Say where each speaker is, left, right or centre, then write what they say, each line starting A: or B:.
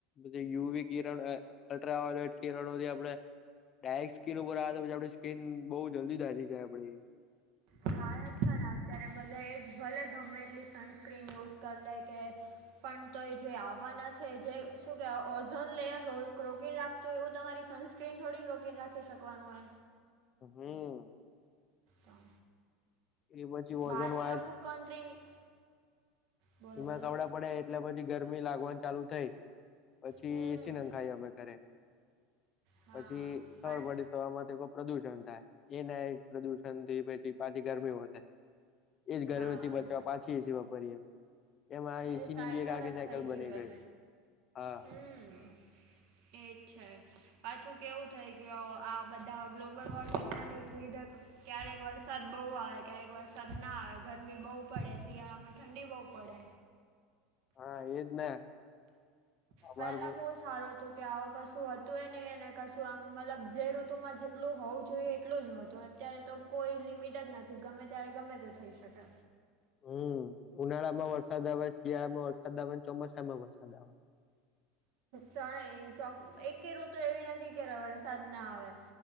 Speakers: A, on the left; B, on the right.
A: પ યુવી કિરણ અલ્ટ્રાવાયોલેટ કિરણોથી આપડે. ડાયરેક્ટ સ્કીન ઉપર આવે તો, પછી આપે સ્કીન બઉુ જલ્દી બાજી જાય, આપડી
B: થાય છે ને, અત્યારે બધા એજ ભલે ગમે એટલી સનસ્ક્રીન યુઝ કરી લે કે. પણ તો એ જે આવવાના છે, જે શું કેવા ઓઝોન લેયર રોકી લખ તો એવું તમારી સનસ્ક્રીન થોડીને, રોકીને, રાખી શકવાનું હો.
A: હમ.
B: તો
A: એ પછી વજન
B: બહારની
A: વાયર
B: અમુક કન્ટ્રીની. બોલો
A: એમાં
B: બોલો
A: કપડાં પડ્યા, એટલે પછી ગરમી લાગવાની ચાલુ થઈ. પછી
B: હમ
A: એસી નાંખાઈ અમે કરે,
B: હા
A: પછી
B: પણ
A: ખબર પડી. તોમાં પ્રદુષણ થાય, એ ના પ્રદુષણ થી પી પાછી ગરમી હો થાય. એજ ગરમેથી
B: હા
A: બચવા, પાછી એસી વાપરીએ. એમાં
B: એ
A: એસી
B: સાયકલ
A: ની બે આખી
B: જ
A: સાયકલ
B: થઇ ગયા,
A: બની ગઈ હા
B: હ, હમ. એ અચ્છા. પાછું કેવું થાય કે, આ બધા ગ્લોબલ વોર્મિંગ ના લીધે. ક્યારેક વરસાદ બહુ આવે, ક્યારેક વરસાદ ના આવે, ગરમી બહુ પડે, શિયાળા માં ઠંડી બહુ પડે.
A: હા, એજ ને. અમાર
B: પેલા બહ સારું હતું કે આવો કશું હતું એ નહીં એ ને કશું આમ મતલબ જે ઋતુમાં જેટલું હોવું જોઈએ એટલું જ હતું. તો અત્યારે તો કોઈ લિમિટ જ નથી ગમે ત્યારે ગમે તો થઈ શકે.
A: હમ ઉનાળા માં વરસાદ આવે શિયાળામાં વરસાદ આવે ચોમાસા માં વરસાદ આવે.
B: તણે એકેરું તો એવી નથી કે વરસાદ ના આવે.